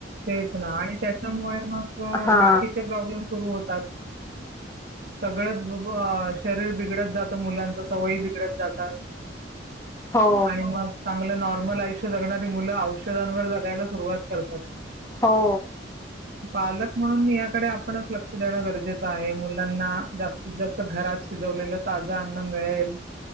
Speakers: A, on the right; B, on the left.
A: तेचं नां आणि त्यांच्यामुळे मगं
B: हा
A: बाकीचे प्रॉब्लेम सुरूं होतात सगळंच शरीर बिघडत जातं मुलांच सवयी बिघडत जातात
B: हो
A: आणि मग चागलं नॉर्मल आयुष्य जगणारी मुलं औषधांवर जगायला सुरुवांत करतात
B: हो
A: पालक म्हणून यांकडे आपणं लक्ष देणं गरजेचं आहे मुलांना जास्तीत जास्तं घरात शिजवलेलं ताजं अन्न मिळेल